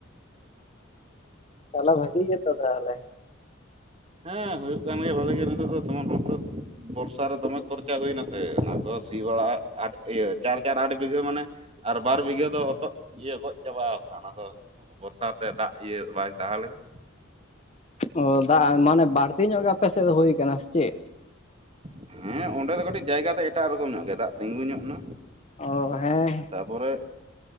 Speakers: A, on the left (about 30°); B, on the right (about 30°).
A: ᱛᱟᱦᱟᱞᱮ ᱵᱷᱟᱹᱜᱤ ᱜᱮ ᱛᱚ ᱛᱟᱦᱟᱞᱮ᱾
B: ᱦᱮᱸ ᱦᱳᱭᱳᱜ ᱠᱟᱱ ᱜᱮᱭᱟ ᱵᱷᱟᱹᱞᱤ ᱜᱮ ᱱᱤᱛᱳ ᱫᱚ ᱵᱚᱨᱥᱟ ᱨᱮ ᱫᱚᱢᱮ ᱠᱷᱚᱨᱪᱟ ᱦᱩᱭᱱᱟ ᱥᱮ ᱚᱱᱟ ᱠᱚ ᱥᱤ ᱵᱟᱲᱟ ᱤᱭᱟᱹ ᱪᱟᱨ ᱪᱟᱨ ᱟᱴ ᱵᱤᱜᱷᱟᱹ ᱢᱟᱱᱮ ᱟᱨ ᱵᱟᱨ ᱵᱤᱜᱷᱟᱹ ᱫᱚ ᱦᱚᱛᱚᱫ᱾ ᱤᱭᱟᱹ ᱜᱚᱡ ᱪᱟᱵᱟ ᱠᱟᱱᱟ ᱚᱱᱟ ᱫᱚ ᱵᱚᱨᱥᱟ ᱛᱮ ᱫᱟᱜ ᱤᱭᱟᱹ ᱵᱟᱭ ᱥᱟᱦᱟᱣ ᱞᱮᱫᱟ᱾
A: ᱚ ᱫᱟᱜ ᱢᱟᱱᱮ ᱵᱟᱹᱲᱛᱤ ᱧᱚᱜ ᱜᱮ ᱟᱯᱮ ᱥᱮᱜ ᱫᱚ ᱦᱳᱭᱠᱟᱱᱟ ᱥᱮ ᱪᱮᱜ?
B: ᱦᱮᱸ ᱚᱸᱰᱮ ᱫᱚ ᱠᱟᱹᱴᱤᱡ ᱡᱟᱭᱜᱟ ᱫᱚ ᱮᱴᱟᱜ ᱨᱚᱠᱚᱢ ᱧᱚᱜ ᱜᱮᱭᱟ ᱫᱟᱜ ᱛᱤᱸᱜᱩ ᱧᱚᱜ ᱱᱟ᱾
A: ᱚ ᱦᱮᱸ
B: ᱛᱟᱯᱚᱨᱮ